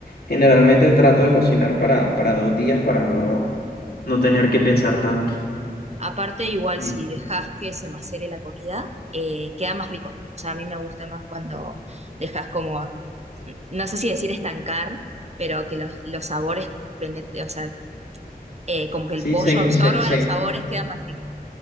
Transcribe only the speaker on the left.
generalmente trato de cocinar para, para dos días para no, no tener que pensar tanto.
Y
sí,
se,
se, se-